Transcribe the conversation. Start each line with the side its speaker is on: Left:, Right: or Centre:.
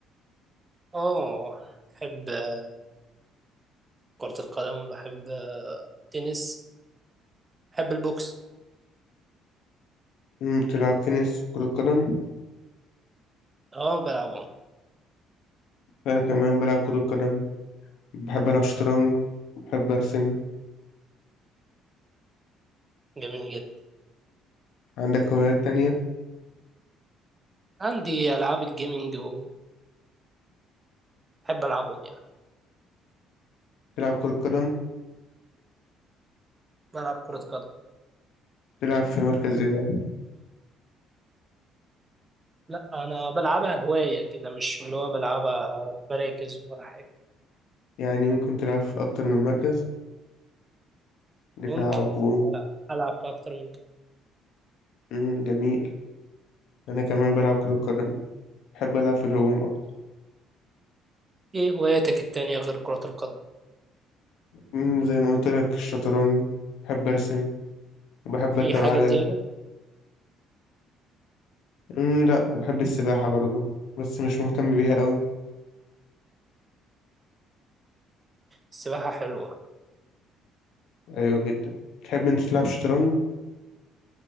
Right: اه بحب آه، كرة القدم بحب آه، التنس بحب البوكس
Left: أمم، بتلعب تنس كرة قدم
Right: اه بلعبهم
Left: أنا كمان بلعب كرة قدم بحب ألعب شطرنج بحب أرسم
Right: جميل جدا
Left: عندك هوايات تانية
Right: عندي ألعاب الجيمنج وبحب ألعبهم يعني
Left: تلعب كرة قدم
Right: بلعب كرة قدم
Left: تلعب في مركز إيه بقى؟
Right: لا أنا بلعبها هواية كده مش اللي هو بلعبها مراكز ولا حاجة
Left: يعني ممكن تلعب في أكتر من مركز دفاع
Right: ممكن
Left: وهجوم
Right: ألعب ألعب في أكتر من كده
Left: أمم، جميل أنا كمان بلعب كرة قدم بحب ألعب في الهجوم أكتر
Right: إيه هواياتك التانية غير كرة القدم؟
Left: أمم، زي ما قلت لك الشطرنج بحب أرسم وبحب أركب
Right: في حاجة
Left: عجل
Right: زيادة؟
Left: امم لا بحب السباحة برضو بس مش مهتم بيها قوي
Right: السباحة حلوة
Left: ايوه جدا تحب انت تلعب شطرنج